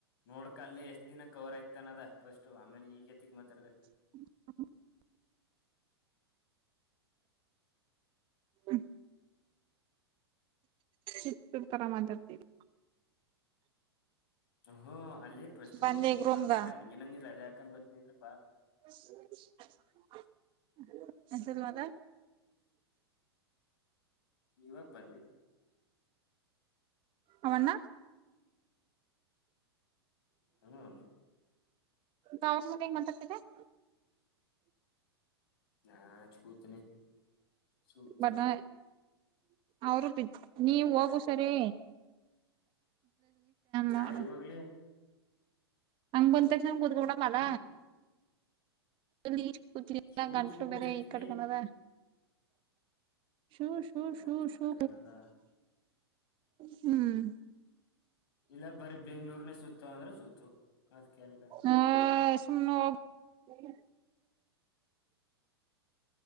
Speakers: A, on the left; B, on the right.
A: ನೋಡ್ಕ ಅಲ್ಲಿ ಎಷ್ಟ್ ದಿನ ಕವರ್ ಐ್ತಾನದ ಫಸ್ಟ್ ಆಮೇಲೆ ಈಗತಿಕ್ ಮಾತಾರದ
B: ಹ <unintelligible> ಹ್ಮ ಚಿತ್ತರ್ ತರಾ ಮಾತಾಡ್ತೀವಿ
A: ಹ್ಮ್ ಅಲ್ಲಿ ಫಸ್ಟ್
B: ಬಂದೆ
A: ಬುಕ್
B: ರೂಮ್ಗ
A: ಮಾಡ್ಕಾ ನನ್ಗೆ ನನ್ ಇಲ್ಲ ಅದೇ ಹಾಕ ಬತ್ತನಿ ಅನ್್ರಪ್ಪಾ
B: ಸ <unintelligible> ಎನ್ಸರ್ ಮಾತ
A: ನೀವ ಹಬ್ ಬನ್ನಿ
B: ಅವಣ್ಣ
A: ಹ್ಮ್
B: ಗಾಾವ ಮ ಮತ ತತೆ <unintelligible>
A: ಹಾ ಚ ಕೂತನಿ ಸು ಬಿ ಚಕ್ತ
B: ಬಟ್ ಅವರು ಬಿ ನೀವ ಹೋಗು ಸರಿ ಮಾಡು
A: ನಾ ಎಲ್ಗೋಗ್ಲಿ
B: ಅಂಗ ಬಂದಂತೇಶ ಬುದಗವಡ ಮಲ್ಲ
A: ಹ್ಮ್
B: ಲಲ್ಲ
A: ಶೂ
B: ಕಂ
A: ಶೂ
B: ಮೇರೆ
A: ಬಿಚ್ಚಾಕ್ತತಿ
B: ಕಡಕಣದ ೋ ಸೋ
A: ಗಂಟ್ಲು
B: ಸೋ ಸೋ
A: ಕಟ್ಕೊಂಡದ
B: ಹ್ಮ್
A: ಇಲ್ಲ ಬರಿೀ ಬೆಂಗ್ಳೂರ್ನೇ ಸುತ್ತ ಅಂದ್ರೆ ಸುತ್ತು ಅದ್ಕ ಏನಿಲ್ಲ
B: ಹ ಸು ನ ಹ್ಮ